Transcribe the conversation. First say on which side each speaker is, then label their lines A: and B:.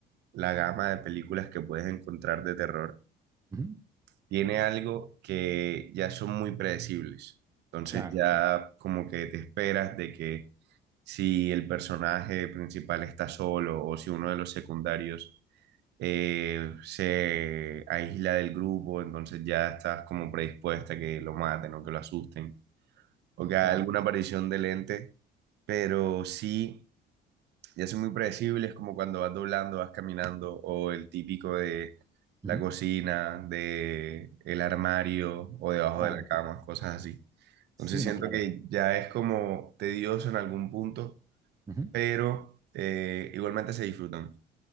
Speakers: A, on the right; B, on the right.
A: la gama de películas que puedes encontrar de terror,
B: Ujú.
A: tiene algo que ya son muy predecibles. Entonces
B: Claro,
A: ya
B: claro,
A: como que te esperas de que si el personaje principal está solo o si uno de los secundarios eh, se aísla del grupo, entonces ya estás como predispuesta a que lo maten o que lo asusten o que haga
B: claro.
A: alguna aparición del ente, pero sí ya son muy predecibles, como cuando vas doblando, vas caminando, o el típico de
B: Ujú.
A: la cocina, de el armario o debajo
B: Claro,
A: de la
B: claro.
A: cama, cosas así. Entonces
B: Sí,
A: siento
B: no, claro.
A: que ya es como tedioso en algún punto,
B: Ujú,
A: pero eh, igualmente se disfrutan.